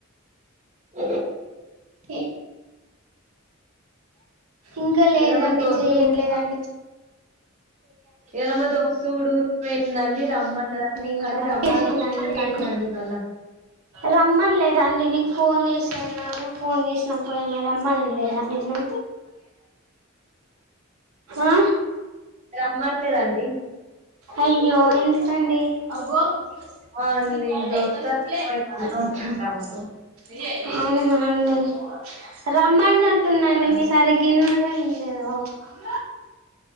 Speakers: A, on the right; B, on the right.
A: అ
B: ఏ ఇంకా లేదండి
A: ఇద మ దో వస్తు
B: చెయ్యలేదండి
A: కూడా ఇల మా దోసుడి పోయిందండి రమ్మన్నదండి
B: అండి ఇంకా
A: కానీ రమ్మనకుంటే
B: చేసిల్లా అండి
A: పోయిందండి మళ్ళా
B: రమ్మన్లేదండి నీకు ఫోన్ చేస అనను ఫోన్ చేసినప్పుడుయినా రమ్మన లేదా నిన్ను ఆ
A: రమ్మనలేదాండి
B: అయ్యో ఎందుకండి <unintelligible>
A: ఆ అండి దోస్త్ వచ్చింది ఆమెకు
B: అవునా అండి రమ్మనట్టు ఉందండి
A: అండి
B: మీసారి గిన్నె <unintelligible>